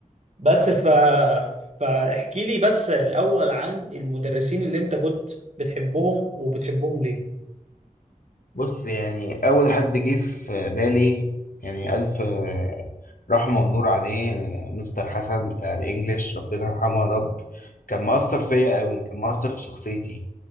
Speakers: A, on the right; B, on the left.
A: بس ف فاحكي لي بس الأول عن المدرسين اللي أنت كنت بتحبهم وبتحبهم ليه؟
B: بص يعني اول حد جه في بالي يعني الف آه، رحمه ونور عليه آه، مستر حسن بتاع الانجليش ربنا يرحمه يا رب كان مؤثر فيا قوي كان مؤثر في شخصيتي